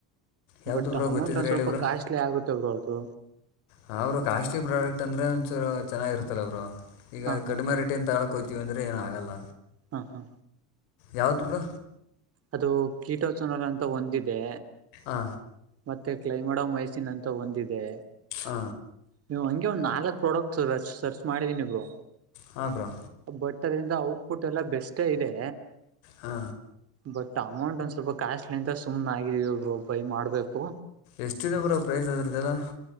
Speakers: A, on the left (about 85°); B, on the right (about 35°).
A: ಯಾವುದು
B: ಬಟ್
A: ಬ್ರೋ
B: ಅಮೌಂಟ್
A: ಗೊತ್ತಿದ್ರೆ
B: ಒಂದ್
A: ಹೇಳಿ
B: ಸ್ವಲ್ಪ
A: ಬ್ರೋ
B: ಕಾಸ್ಟ್ಲಿ ಆಗುತ್ತ ಬ್ರೋ ಅದು
A: ಹ ಅವರು ಕಾಸ್ಟ್ಲಿ ಪ್ರಾಡಕ್ಟ್ ಅಂದ್ರೆ ಒಂಚೂರು ಚೆನ್ನಾಗಿರುತ್ತಲ್ಲ ಅವರು ಈಗ
B: ಹಾ ಹಾ
A: ಕಡಿಮೆ
B: ಹಾ
A: ರೇಟಿದ ತ ಕೋತೀವಿ ಅಂದ್ರೆ ಏನ ಆಗಲ್ಲ
B: ಹಾ ಹಾ
A: ಯಾವ್ದ ಬರ
B: ಅದು ಕೀಟಚನ ಅಂತ ಒಂದಿದೆ
A: ಹ
B: ಮತ್ತೆ ಕ್ಲೈಮಡ್ ಮೈಸನ್ ಅಂತ ಒಂದಿದೆ
A: ಹ
B: ನೀವು ಹಂಗೆ ಒಂದು ನಾಲ್ಕಕ್ ಪ್ರಾಡಕ್ಟ್ ಸರ್ಚ್ ಮಾಡಿದೀನಿರು
A: ಹಾ ಬ್ರೋ
B: ಬಟ್ ಅದ್ರಂದ ಔಟ್ಪುಟ್ ಎಲ್ಲ ಬೆಸ್ಟ್ ಇದೆ
A: ಹಾ
B: ಬಟ್ ಅಮೌಂಟ್ ಒಂದ ಸ್ವಲ್ಪ ಕ್ಯಾಶ್ಲಿಂತ ಸುಮ್ನೆ ಆಗಿದೀವಿ ಒಬ್ರು ಬೈ ಮಾಡ್ಬೇಕು
A: ಎಷ್ಟಿದ ಬರ ಪ್ರೈಸ್ ಅದ್ರದ್ದಲ್ಲ